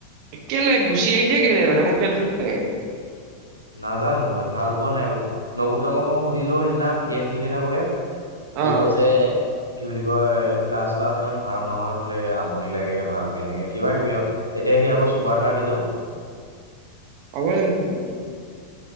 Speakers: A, on the right; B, on the right.
A: কেলেই ঘুচি আহিছে কেলেই মানে মোকে সেইটো লাগে।
B: নাজানো ভাল পোৱা নাই বোলে, নগুতমক মই সুধিলো সেইদিনা গেম খেলি থাকোতে সি
A: অ',
B: কৈছে কি বুলি কয় ক্লাছ, চ্লাছ ইমান ভাল নহয় বোলে। আমনি লাগে, ভালকে এনেকে কিবা-কিবি আৰু এতিয়া সি আকৌ ছুপাৰ থাৰ্টি যাব।
A: পাব জানো। <unintelligible>